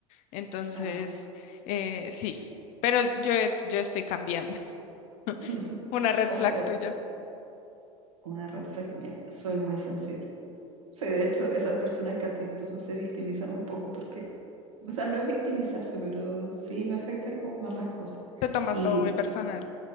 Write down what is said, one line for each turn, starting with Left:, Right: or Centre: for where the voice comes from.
Left: Entonces,
Right: Ah,
Left: eh, sí, pero yo, yo estoy cambiando. <laughs>
Right: <laughs>
Left: Una red
Right: Ojo,
Left: flag
Right: eh,
Left: tuya.
Right: una red flag mía. Soy muy sensible. Soy de hecho esas personas que hasta incluso se victimizan un poco porque, o sea, no es victimizarse, pero sí me afectan como más las cosas.
Left: Te tomas
Right: Y
Left: todo muy personal.